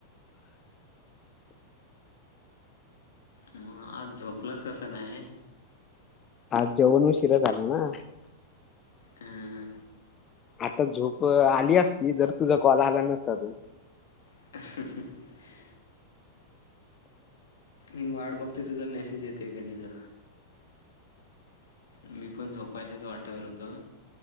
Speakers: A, on the left (about 70°); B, on the left (about 30°).
A: मग आज झोपलंस कसं नाही
B: आज जेवण उ शिर झाला ना
A: हं हं
B: आता झोप आली असती जर तुझा कॉल आला नसता त
A: ह मी वाट बघतेो तुझा मेसेज येते कधी तर मी पण झोपायचच वाटेवर होतं